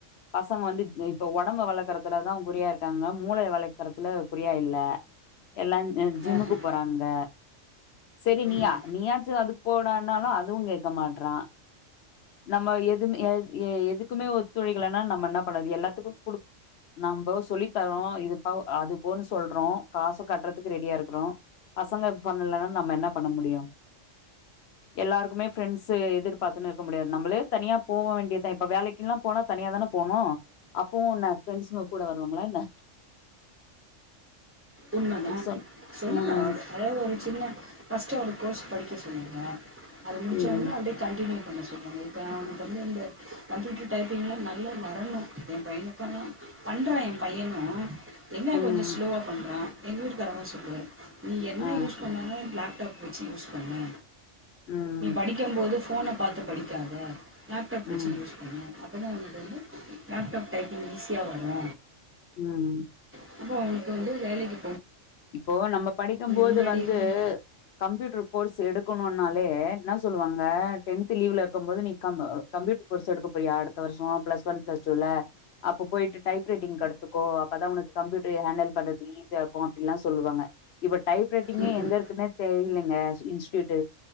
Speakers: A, on the left; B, on the right.
A: பசங்க வந்து இப்ப உடம்பு வளக் தா குறியாருக்காங்க மூளை வளைக்கறத்துல குரியா இல்ல எல்லா ஜிம்முக்கு
B: ஆஹஹ.
A: போறாங்க சரி
B: ம்.
A: நீ நீயாச்ச அது போட னாலு அதுவு கேட்க மாட்டறா நம்ம எதுமே எது எ எதுக்குமே ஒத்துழிக்கலனா நம்ம என்ன பண்ணது எல்லாத்துக்கு குடு நம்ம சொல்லி தரோ இதுப்ப அது போன்னு சொல்றோ காசு கட்டுறதுக்கு ரெடியா இருக்கறோ பசங்க பண்ணலன்னா நம்ம என்னா பண்ண முடியு எல்லாருக்குமே ஃரெண்ட்ஷு எதிர்பாத்துன்னு இருக்க முடியாது நம்மளே தனியா போக வேண்டியதா இப்ப வேலைக்குல்லா போனா தனியா தானே போனோம் அப்பவும்னே ஃப்ரன்ஸுங்க கூட வருவாங்களா என்ன
B: உண்மைதா
A: அது சொன்
B: சொல்லுல
A: ம்
B: அதாவது ஒரு சின்ன ஃபர்ஸ்டா ஒரு கோர்ஸ் படிக்க சொல்லுங்க அது முடிச்ச
A: ம்
B: ஒனே அப்டியே கண்டின்யூ ண்ண சொல்லுவாங்க இப்போ அவனுக்கு வந்து இந்த கம்ப்யூட்டர் டைப்பிங்லா நல்லா வரணு என் பையனுக்காலா பண்றா ஏ பையனு என்ன
A: ம்
B: கொஞ்ச ஸ்லோவ அற எங்க வீட்டுக்காரங்க சொல்லுவாரு நீ என்ன
A: ஆ
B: யூஸ் பண்ணாலும் பிளாக் டப் வச்சு யூஸ் பண்னு
A: ம்
B: நீ படிக்கு போது போன பாத்து படிக்காத லேப்டாப்
A: ம்
B: வச்சு யூஸ் பண்ணு அப்பதா எனக்கு வந்து லேப்டாப் டைப்பிங் ஈஸியா வரு
A: ம்
B: <unintelligible> வந்து வேலக்கு
A: இப்போ நம்ம படிக்கும் போது
B: முன்னாடி
A: வந்து
B: இருந்தோம்
A: கம்ப்யூட்டர் கோர்ஸ் எடுக்கணுனாலே ந சொல்லுவாங்க டென்த் லீவ்ல இருக்குபோது நீ கம் கம்புயூட்டர் கோர்ஸ் எடுக்க போறியா அடுத்த வருஷோ ப்ளஸ்ஒன் ப்ளஸ்டூ அப போயிட்டு டைப் ரைட்டிங் கடுத்துக்க அப்பதா உனக்கு கம்யூட்டர் ஹேண்டல் பண்றதுக்கு ஈஸியாருக்கு அப்டிலா சொல்லுவாங்க இப டைஃப் ரைட்டிங்க
B: ம்ம்.
A: எங்க இருக்குன்னே தெரிங்லங்க இன்ஸ்டியுட்